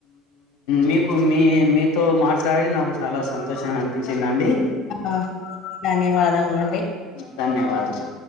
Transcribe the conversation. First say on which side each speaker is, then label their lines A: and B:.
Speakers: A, on the left; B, on the left.
A: మీకు మీ మీతో మాట్లాడి నాకు చాలా సంతోషంగా అనిపించిందిండి.
B: ఆ ధన్యవాదము అండి.
A: ధన్యవాదములు.